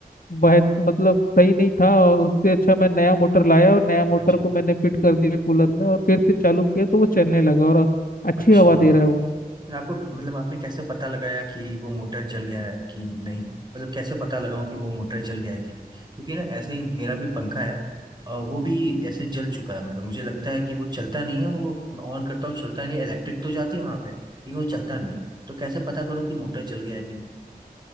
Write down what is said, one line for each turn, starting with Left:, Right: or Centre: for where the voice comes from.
Left: बेहत मतलब सही नहीं था और उससे अच्छा मैं नया मोटर लाया और नया मोटर
Right: अच्छा
Left: को मैंने फिट कर दिया कूलर में और फिर से चालू किया तो वो चलने लगा और अच्छी
Right: अच्छा
Left: हवा दे रहा है वो
Right: फिर आपको मतलब आपने कैसे पता लगाया कि वो मोटर जल गया है कि नहीं मतलब कैसे पता लगाऊं कि वो मोटर जल गया है कि नहीं क्योंकि ना ऐसे ही मेरा भी पंखा है अ, वो भी ऐसे जल चुका है मतलब मुझे लगता है कि वो चलता नहीं है वो मैं ऑन करता हूँ चलता नहीं है इलेक्ट्रिक तो जाती है वहां पे लेकिन वो चलता नहीं है तो कैसे पता करूँ कि मोटर जल गया है कि नहीं